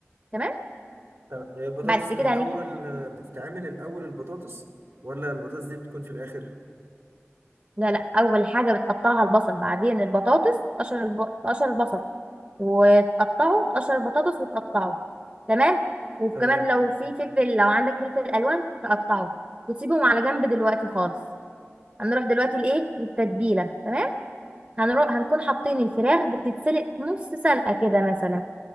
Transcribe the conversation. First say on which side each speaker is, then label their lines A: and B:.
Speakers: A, on the right; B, on the right.
A: تمام
B: طب هي البطاطس
A: بعد
B: الاول
A: كده هنيجي
B: آه، بتتعمل الاول البطاطس ولا البطاطس دي بتكون في الاخر
A: لا لا أول حاجة بتقطعها البصل بعدين البطاطس تقشر الب... تقشر البصل وتقطعه تقشر البطاطس وتقطعه تمام وكمان
B: تمام
A: لو في فلفل لو عندك فلفل ألوان تقطعه وتسيبهم على جنب دلوقتي خالص هنروح دلوقتي لإيه للتتبيلة تمام هنروح هنكون حاطين الفراخ بتتسلق نص سلقة كده مثلا